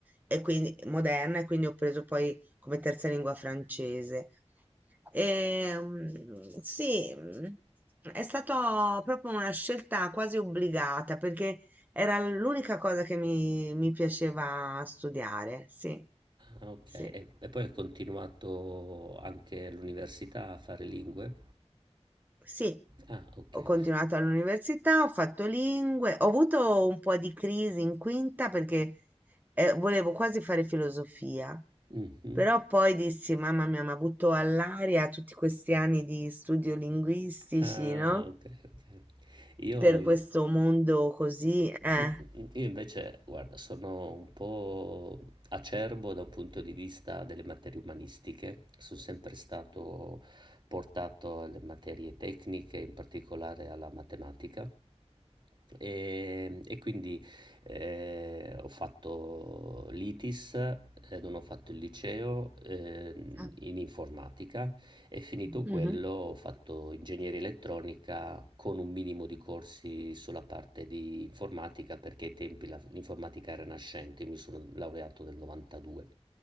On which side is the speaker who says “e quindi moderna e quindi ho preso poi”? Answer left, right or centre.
Right